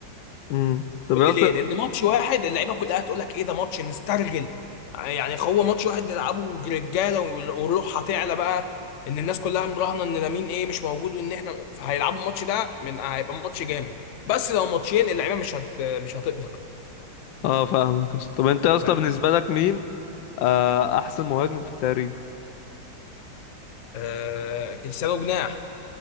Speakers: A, on the left; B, on the left.
A: امم طب
B: قول
A: يا
B: لي
A: اسطى
B: ليه لان ماتش واحد اللعيبه كلها هتقول لك ايه ده ماتش نسترجل يعني هو ماتش واحد نلعبه رجاله والروح هتعلى بقى ان الناس كلها مراهنه ان لامين ايه مش موجود وان احنا فهيلعبوا الماتش ده من هيبقى ماتش جامد بس لو ماتشين اللعيبه مش هت مش هتقدر
A: اه فاهمك يا اسطى طب انت يا
B: أنت
A: اسطى
B: فاهم
A: بالنسبه لك مين آه احسن مهاجم في التاريخ
B: آه... كريستيانو جناح